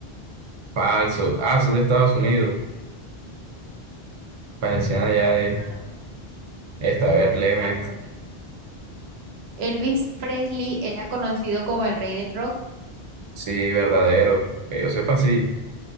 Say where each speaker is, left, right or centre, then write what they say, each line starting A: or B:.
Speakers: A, on the right; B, on the right.
A: Falsos. Ah, son de Estados Unidos. Parecían allá de
B: Ah, bueno.
A: esta, a ver, léeme.
B: Aprobé. Elvis Presley era conocido como el rey del rock.
A: Sí, verdadero. Que yo sepa, sí.